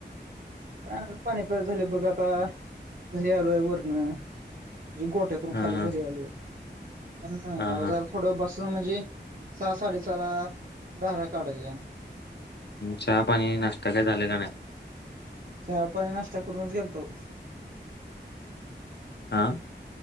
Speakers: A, on the right (about 50°); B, on the left (about 65°).
A: काय नाय पाणी पाजून झालं बघ आता, घरी आलोय वरन म्हणजे गोठयात तुन
B: हा
A: खाली
B: हा
A: घरी आलोय, अजून नाय
B: हा
A: आर्धा
B: हा
A: अर्धा थोडं बसून म्हणजे, सहा साडेसहाला धारा काढायच्या.
B: चहा, पाणी, नाश्ता काय झाले का नाय?
A: चहा, पाणी, नाष्टा करूनच गेलतो.
B: आ?